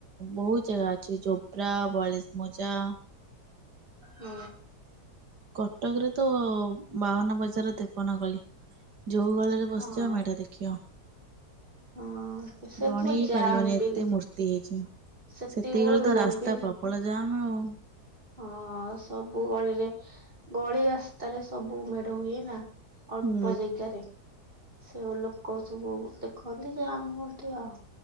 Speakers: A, on the right (about 85°); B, on the right (about 30°).
A: ବହୁତ୍ ଜାଗା ଅଛି ଜୋବ୍ରା ବଳେଶ୍ ମୌଜା
B: ହୁଁ।
A: କଟକରେ ତ ବାଉନ ବଜାର ତେପନ ଗଳି ଯଉ ଗଳିରେ ବସିଚ
B: ହଁ।
A: ମେଢ ଦେଖି
B: ହଁ ସବୁ
A: ଗଣିବି
B: ଜାମ୍
A: ପାରିବନି ଏତେ
B: ବି
A: ମୂର୍ତ୍ତି ହେଇଚି।
B: ସେତିକି
A: ସେତିକିବଳେ
B: ବେଳେ ରୋଡ
A: ତ ରାସ୍ତା
B: ବି
A: ପ୍ରବଳ ଜାମ୍ ଆଉ।
B: ହଁ ସବୁ ଗଳିରେ ଗଳି ରାସ୍ତାରେ ସବୁ ମେଢ ହୁଏ ନା। ଅଳ୍ପ
A: ହୁଁ
B: ଜେଗାରେ ସେ ଓ ଲୋକ ସବୁ ଦେଖନ୍ତି ଯେ ଆମ ଇଠି ଆଉ।